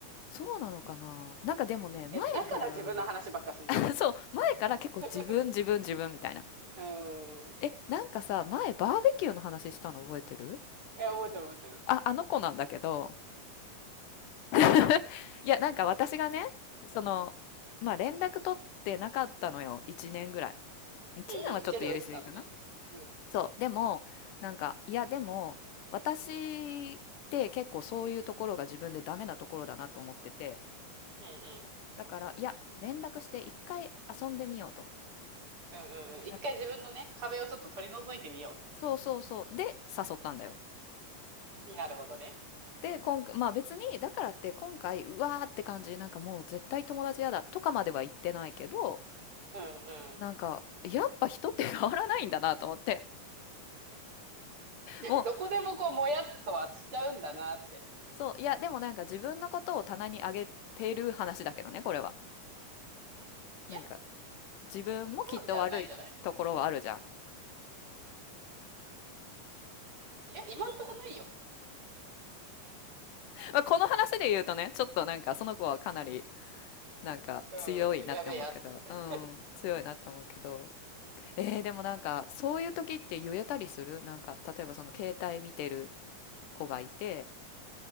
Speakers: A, on the left; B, on the right.
A: そうなのかな。なんかでもね、前から、
B: え、だから自分の話ばっかすんじゃないの
A: <laughs> そう、前から結構自分、
B: <laughs>
A: 自分、自分みたいな。
B: うーん。
A: え、なんかさ、前バーベキューの話したの覚えてる
B: え、覚えてる覚えてる。
A: あ、あの子なんだけど、<laughs> いや、なんか私がね、その、まあ連絡取ってなかったのよ。1年ぐらい。1年はちょっと言いすぎかな。
B: うんうん、距離を置いてたのね。うん。うん
A: そう。でも、なんか、いや、でも、私って結構そういうところが自分でダメなところだなと思ってて。
B: うん。
A: だから、いや、連絡して一回遊んでみようと。
B: うんうんうん。一回自分のね、
A: なんか、
B: 壁をちょっと取り除いてみよ
A: そうそうそう。で、誘ったんだよ。
B: う。なるほどね。
A: で、今回、まあ別に、だからって今回、うわーって感じ、なんかもう絶対友達嫌だとかまでは言ってないけど、
B: うんう
A: なんか、
B: ん。
A: やっぱ人って変わらないんだなと思って。<laughs> もう、
B: どこでもこう、もやっとはしちゃうんだなって。
A: そう、いや、でもなんか自分のことを棚に上げてる話だけどね、これは。
B: いや、
A: なんか、自分もきっと悪いところはあるじゃん。
B: そうじゃないんじゃないいや、今んとこないよ。
A: <laughs> まあ、この話で言うとね、ちょっとなんか、その子はかなり、なんか、
B: うん、
A: 強いなって思うけど、
B: やべえやつ。
A: うん、強いなって思うけど。えー、でもなんか、そういう時って言えたりするなんか、例えばその携帯見てる子がいて、